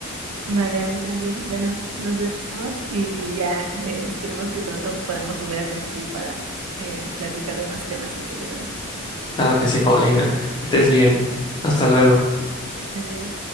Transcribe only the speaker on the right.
Vale, a mí también. Bueno, nos vemos y ya eh, esperemos que pronto podamos volver a coincidir para eh, platicar de más temas interesantes.
Adiós.